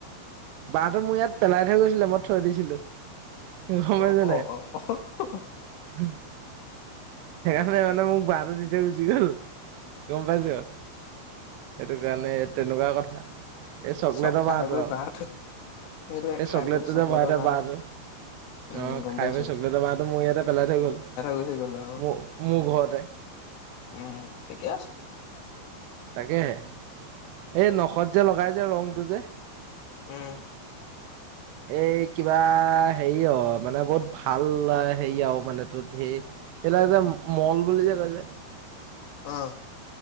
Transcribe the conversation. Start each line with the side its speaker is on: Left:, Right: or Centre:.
Right: বাহহটো মোৰ ইয়াত পেলাই থৈ গৈছিলে মই থৈ দিছিলো গম পাইছ
Left: অ অ
Right: নাই
Left: অ অ
Right: <inaudible> সেইকাৰণে মানে মোক বাহটো দি থ গুচি গল গম পাইছ? সেইটো কাৰণে তেনেকুৱা কথা এই চকলেটৰ
Left: চব খাই
Right: পৰাতটো
Left: বৈ
Right: আৰু
Left: বাঁহটো সেইটোৱে
Right: এই
Left: খাই
Right: চকলেটটো
Left: বৈ চকলেটৰ
Right: যে ভৰাই থৈ
Left: বাঁহটো
Right: বাৰ অ'
Left: উম, গম
Right: খাই
Left: পাইছো।
Right: বৈ চকলেটৰ বাৰটো মোৰ ইয়াতে পেলাই থৈ গ'ল
Left: গুচি গ'ল আৰু
Right: মোৰ মোৰ ঘৰতে।
Left: উম ঠিকে আছে।
Right: তাকেহে এই নখত যে লগাই যে ৰংটো যে।
Left: উম।
Right: এই কিবা হেৰি অ মানে বহুত ভাল হেৰি আৰু মানে ত সেই এল যে মল বুলি যে কৈ যে।
Left: আহ।